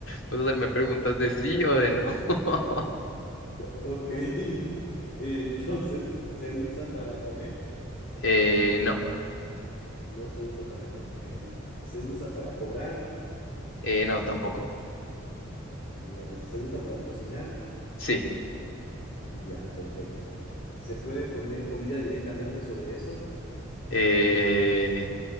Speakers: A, on the left; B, on the left.
A: ¿Puedes hacerme preguntas de sí o de no? <laughs>
B: Ok. <laughs> Entonces, ¿se usa para comer?
A: Eh, no.
B: No se usa para comer. ¿Se usa para cobrar?
A: Eh, no, tampoco.
B: Ya. ¿Se usa para cocinar?
A: Sí.
B: Ya, perfecto. ¿Se puede poner comida directamente sobre eso?
A: Eh,